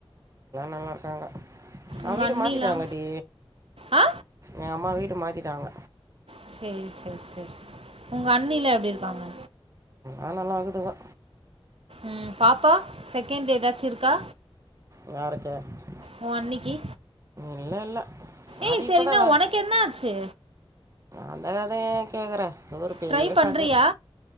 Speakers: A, on the right; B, on the right.
A: நல்லாருக்காங்க அவுங்க
B: உங்க
A: வீடு
B: அண்ணிலா
A: மாத்திட்டாங்க டி
B: ஆ
A: எ அம்மா வீடு மாத்தி ட்டாங்க
B: சேரி சேரி சேரி உங்க அண்ணிலா எப்டிருக்காங்க
A: அதெல்லாம் நல்லா இருக்குதுங்க
B: ம் பாப்பா செகண்ட்டு ஏதாச்சுருக்கா
A: <unintelligible>
B: ஒ அண்ணிக்கு
A: இல்லை இல்லை
B: ஏய்
A: அது
B: சரினா
A: இப்போ தான் வேன்
B: ஒனக் என்ன ஆச்சு
A: அந்த கதையயேன் கேக்குற அது ஒரு பெரிய
B: ட்ரை பண்றியா
A: கத